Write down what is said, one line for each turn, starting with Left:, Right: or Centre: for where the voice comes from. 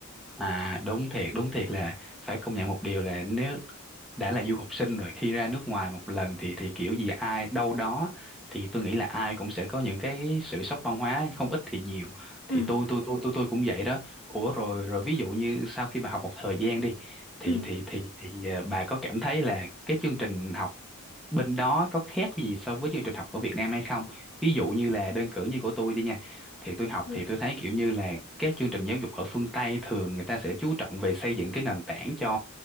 Centre: à, đúng thiệt đúng thiệt là phải công nhận một điều là nếu đã là du học sinh rồi khi ra nước ngoài một lần thì thì kiểu gì ai đâu đó thì tôi nghĩ là ai cũng sẽ có những cái sự sốc văn hóa không ít thì nhiều
Left: ừ
Centre: thì tôi tôi tôi tôi tôi cũng vậy đó ủa rồi rồi ví dụ như sau khi bà học một thời gian đi thì
Left: ừ
Centre: thì thì thì, ờ, bà có cảm thấy là cái chương trình học bên đó có khác gì so với chương trình học ở Việt Nam hay không ví dụ như là đơn cử như của tôi đi nha thì tôi học
Left: ừ
Centre: thì tôi thấy kiểu như là các chương trình giáo dục ở phương Tây thường người ta sẽ chú trọng về xây dựng cái nền tảng cho